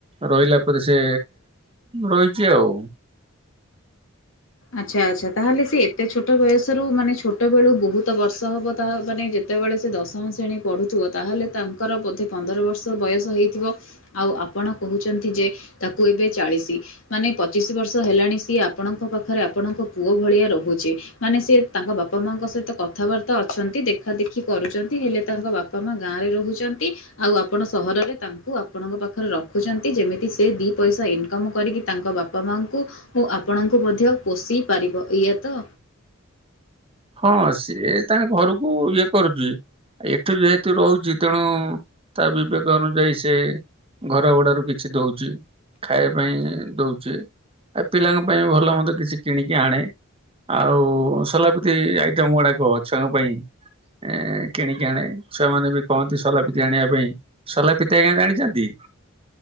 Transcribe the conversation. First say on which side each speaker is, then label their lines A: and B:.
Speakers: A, on the right (about 30°); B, on the left (about 70°).
A: ରହିଲା ପରେ ସେ, ରହିଛି ଆଉ।
B: ଆଚ୍ଛା ଆଚ୍ଛା। ତାହେଲେ ସେ ଏତେ ଛୋଟ ବୟସ ସ ରୁ ମାନେ ଛୋଟବେଳୁ ବହୁତ ବର୍ଷ ହବ ତା ମାନେ, ଯେତେବେଳେ ସେ ଦଶମ ଶ୍ରଣୀ ପଢ଼ୁଥିବ ତାହେଲେ ତା ତାଙ୍କର ବୋଧେ ପନ୍ଦର ବର୍ଷ ବୟସ ହେଇଥିବ? ଆଉ ଆପଣ କହୁଛନ୍ତି ଯେ ତାକୁ ଏବେ ଚାଳିଶ? ଶି। ମାନେ ପଚିଶି ବର୍ଷ ହେଲାଣି ସିଏ ଆପଣଙ୍କ ପାଖ ପାଖରେ ଆପଣଙ୍କ ପୁଅ ଭଳିଆ ରହୁଛି। ମାନେ ସିଏ ତାଙ୍କ ବାପା ମାଙ୍କ ସହିତ କଥାବାର୍ତ୍ତା ଅଛନ୍ତି ଦେଖା ଦେଖି ଦେଖି କରୁଛନ୍ତି, ହେଲେ ତାଙ୍କ ବାପା ମା ଗାଁ ରେ ରହୁଛନ୍ତି। ଆଉ ଆପଣ ସହରରେ ତାଙ୍କୁ ଆପଣଙ୍କ ପାଖରେ ରଖୁଛନ୍ତି। ଯେମିତି ସେ ଦିଇ ପଇସା ଇନକମ୍ କରିକି ତାଙ୍କ ବାପା ମାଙ୍କୁ ଓ ଆପଣଙ୍କୁ ମଧ୍ୟ ପୋଷି ପାରିବ ଏଇଆ ତ?
A: ହଁ ସିଏ ତାଙ୍କ ଘରକୁ ଇଏ କରୁଛି? ଏଠୁ ଯେହେତୁ ରହୁଛି ତେଣୁ ତା ବିିବକ୍ ଅନୁଯାୟୀ ସେ ଘର ଭଡାରୁ କିଛି ଦଉଛି। ଖାଇବା ପାଇଁ ଦଉଛି। ଏ ପିଲାଙ୍କ ପାଇଁ ବି ଭଲ ମନ୍ଦ କିଛି କିଣିକି ଆଣେ। ଆଉ ସଲାପ ଏ ଆଇଟମ ଗୁଡାକ ଛୁଆଙ୍କ ପାଇଁ ଏ କିଣିକି ଆଣେ। ଛୁଆ ମାନେ ବି କହନ୍ତି ସଲାପିତା ଆଣିବା ପାଇଁ। ସଲାପିତା ଆଜ୍ଞା ଜାଣିଛନ୍ତି?